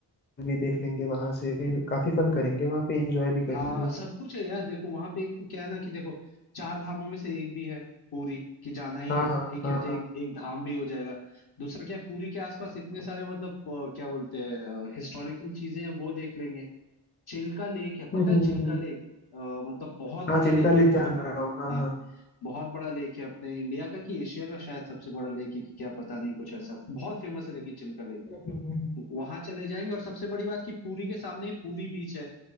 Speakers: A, on the left; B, on the left.
A: भी देख लेंगे वहां से फिर काफी फन करेंगे वहां पे एंजॉय भी करेंगे
B: हाँ सब कुछ है यार देखो वहां पे एक क्या है ना कि देखो चार धामों में से एक भी है पूरी कि जाना ही
A: हाँ
B: है
A: हाँ
B: ठीक
A: हाँ
B: है तो एक
A: हाँ
B: एक धाम भी हो जाएगा दूसरा क्या है, पूरी के आसपास इतने सारे मतलब अ, क्या बोलते हैं हिस्टोरिकल चीजें हैं वो देख लेंगे चिल्का लेक है पता
A: हम्म
B: है
A: हम्म
B: चिल्का
A: हम्म
B: लेक अ, मतलब बहुत
A: हाँ
B: बड़ा
A: चिल्का
B: लेक
A: लेक
B: है
A: जान
B: बहुत
A: रहा हूँ हाँ
B: हाँ
A: हाँ
B: बहुत बड़ा लेक है अपने इंडिया का कि एशिया का शायद सबसे बड़ा लेक है कि क्या पता नहीं कुछ ऐसा बहुत फेमस है लेकिन चिल्का लेक
A: हम्म, हम्म, हम्म।
B: वहां चले जाएंगे और सबसे बड़ी बात कि पूरी के सामने ही पूरी बीच है